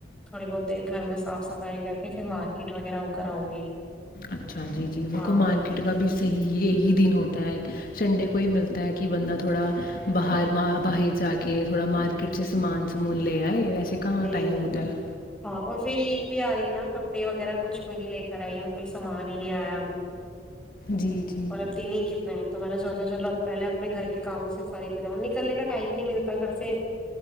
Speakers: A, in the centre; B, on the left.
A: تھوڑی بہت دیر گھر میں صاف صفائی کر کے پھر مارکیٹ وغیرہ او کرر آؤں گی
B: اچھا جی جی وہ
A: ہاں
B: کوئی مارکیٹ کا بھی صحیح یہی دن ہوتا ایک سنڈے کو ہی ملتا ہے کہ بندہ تھوڑا باہر م باہر جا کے تھوڑا مارکیٹ چ سامان سمان لے آئے ویسے کہاں
A: جی
B: ٹائم
A: جی
B: ہوتا ہے
A: ہاں اور فھر عید بھی آ رہی ہے نا کپڑے وغیرہ کچھ بھی نہیں لے کر آئی میں کوئی سامان ہی نہیں آیا ابھی
B: جی جی
A: اور اب تین ہی کتنا ہے تو میں نے سوچا چلو اب پہلے اپنے گھر کے کاموں سے ساری کو ج نکلنے کا ٹائم ہی نہیں ملتا گھر سے